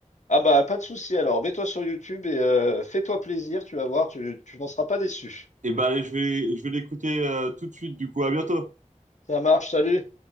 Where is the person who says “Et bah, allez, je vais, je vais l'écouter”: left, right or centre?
Right